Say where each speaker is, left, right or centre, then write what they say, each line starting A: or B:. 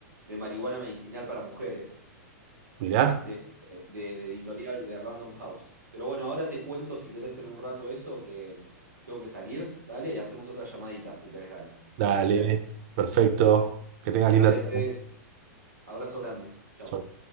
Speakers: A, on the right (about 85°); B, on the right (about 45°).
A: de marihuana medicinal para mujeres.
B: Mirá,
A: de, de- de editorial de Random House. Pero bueno, ahora te cuento si querés en un rato eso, que tengo que salir, dale, y hacemos otra llamadita si tenés ganas.
B: dale,
A: ¿Te parece?
B: perfecto, que tengas linda
A: Dale,
B: tarde.
A: Fede.
B: ¿eh?
A: Abrazo grande. Chau.
B: Chau.